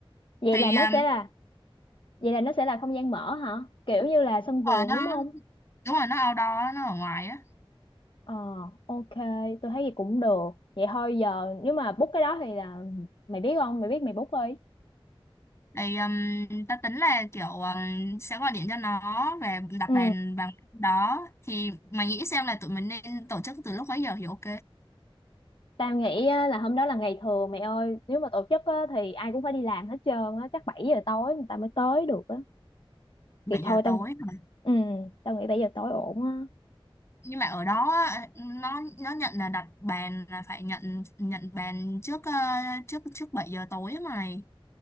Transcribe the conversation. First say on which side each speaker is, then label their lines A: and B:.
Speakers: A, on the left; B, on the left.
A: vậy
B: thì
A: là nó
B: um,
A: sẽ là Vậy là nó sẽ là không gian mở hả? Kiểu như là sân
B: đúng
A: vườn
B: rồi nó
A: đúng không?
B: đúng rồi nó outdoor á, nó ở ngoài á
A: Ờ, ok, tôi thấy vậy cũng được. Vậy thôi giờ nếu mà book cái đó thì là mày biết không? Mày biết mày book đi.
B: thì um, ta tính là kiểu um, sẽ gọi điện cho nó và đặt
A: Ừ,
B: bàn bằng đó thì mày nghĩ xem là tụi mình nên tổ chức từ lúc mấy giờ thì ok
A: tao nghĩ á, là hôm đó là ngày thường mày ơi. Nếu mà tổ chức á, thì ai cũng phải đi làm hết trơn á. Chắc 7 giờ tối người ta mới tới được á.
B: 7
A: Thì thôi
B: giờ tối
A: tao,
B: hả?
A: ừ, tao nghĩ 7 giờ tối ổn á.
B: nhưng mà ở đó á, nó nó nhận là đặt bàn là phải nhận nhận bàn trước ờ, trước trước 7 giờ tối á mày